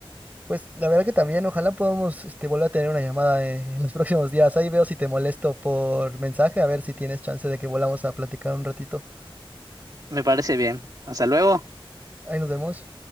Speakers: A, on the right (about 15°); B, on the right (about 40°).
A: Pues la verdad que también, ojalá podamos, este, volver a tener una llamada eh, en los <laughs> próximos días. Ahí veo si te molesto por mensaje, a ver si tienes chance de que volvamos a platicar un ratito.
B: Me parece bien. Hasta luego.
A: Ahí nos vemos.